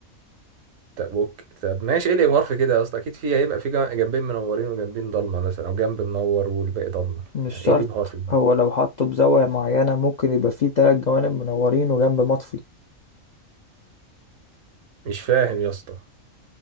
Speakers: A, on the right (about 75°); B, on the left (about 55°).
A: طب اوكي طب ماشي ايه الابهار في كده يا اسطى اكيد في هيبقى في جا- جنبين منورين وجنبين ضلمه مثلا او جنب منور والباقي ضلمه
B: مش
A: يعني
B: شرط
A: ايه الابهار في الجنب؟
B: هو لو حطه بزاوية معينة ممكن يبقى فيه تلات جوانب منورين وجنب مطفي
A: مش فاهم يا اسطى